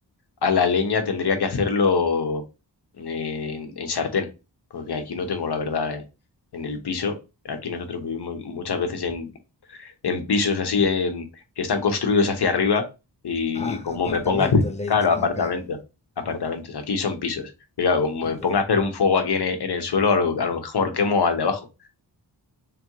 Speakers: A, on the left (about 65°); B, on the left (about 15°).
A: a la leña tendría que hacerlo en, en sartén, porque aquí no tengo la verdad eh, en el piso. Aquí nosotros vivimos muchas veces en, en pisos así en- que están construidos hacia arriba y
B: Ah,
A: como
B: apartamentos
A: me ponga a hacer,
B: le
A: claro,
B: hicimos
A: apartamentos,
B: acá.
A: apartamentos, aquí son pisos. Y claro, como
B: Ok.
A: me ponga a hacer un fuego aquí en el, en el suelo, a lo, a lo mejor quemo al de abajo.